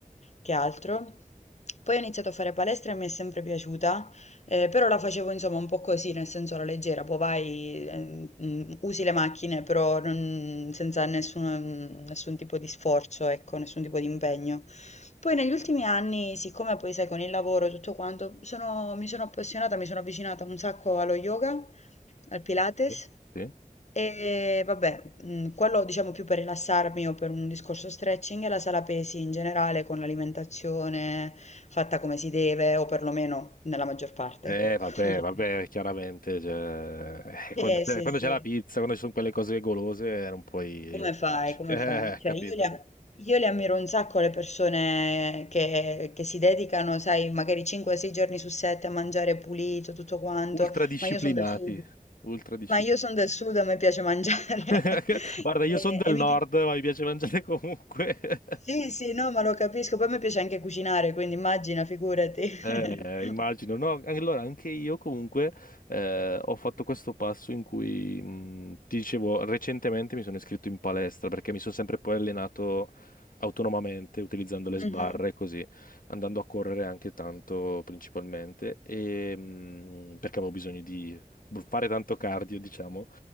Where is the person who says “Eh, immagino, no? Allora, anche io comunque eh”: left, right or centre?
Left